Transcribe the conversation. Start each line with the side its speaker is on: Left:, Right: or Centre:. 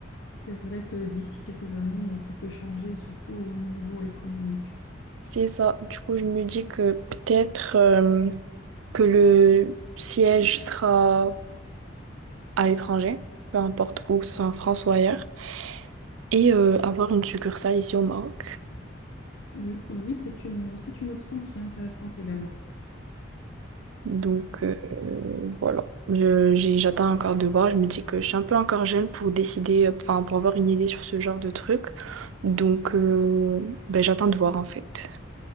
Left: c'est vrai que d'ici quelques années, tout peut changer, surtout au niveau économique.
Right: C'est ça. Du coup, je me dis que peut-être euh, que le siège sera à l'étranger, peu importe où, que ce soit en France ou ailleurs, et euh, avoir une succursale ici au Maroc.
Left: Oui, oui, oui, c'est une, c'est une option qui est intéressante également.
Right: Donc euh, voilà, je, j'ai- j'attends encore de voir. Je me dis que je suis un peu encore jeune pour décider, euh, enfin pour avoir une idée sur ce genre de truc. Donc euh, ben, j'attends de voir en fait.